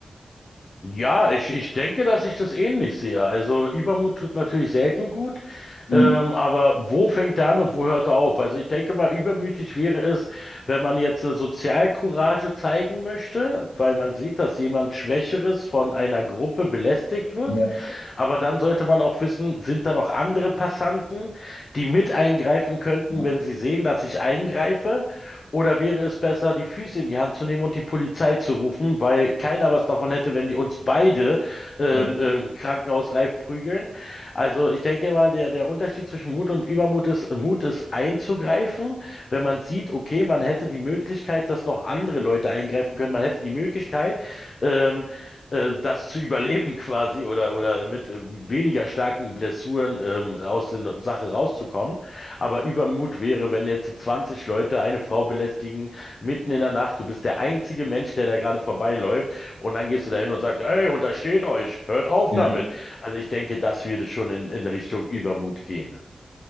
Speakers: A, on the left (about 50°); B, on the left (about 65°).
A: Ja, ich, ich denke, dass ich das ähnlich sehe. Also Übermut tut natürlich selten gut,
B: Mhm.
A: ähm, aber wo fängt er an und wo hört er auf? Also ich denke mal, übermütig wäre es, wenn man jetzt äh, Sozialcourage zeigen möchte, weil man sieht, dass jemand Schwächeres von einer Gruppe belästigt wird
B: Ja,
A: aber dann sollte man auch wissen, sind da noch andere Passanten, die mit eingreifen könnten,
B: ja,
A: wenn sie sehen, dass ich eingreife? Oder wäre es besser, die Füße in die Hand zu nehmen und die Polizei zu rufen, weil keiner was davon hätte, wenn die uns beide ähm,
B: ja.
A: ähm, krankenhausreif prügeln? Also ich denke mal, der, der Unterschied zwischen Mut und Übermut ist, Mut ist einzugreifen, wenn man sieht, okay, man hätte die Möglichkeit, dass noch andere Leute eingreifen können, man hätte die Möglichkeit, ähm, äh, das zu überleben quasi oder, oder mit ähm, weniger starken Blessuren ähm, aus der Sache rauszukommen. Aber Übermut wäre, wenn jetzt 20 Leute eine Frau belästigen, mitten in der Nacht, du bist der einzige Mensch, der da gerade vorbeiläuft und dann gehst du dahin und sagst, ey, untersteht euch, hört auf
B: ja.
A: damit. Also ich denke, das würde schon in, in Richtung Übermut gehen.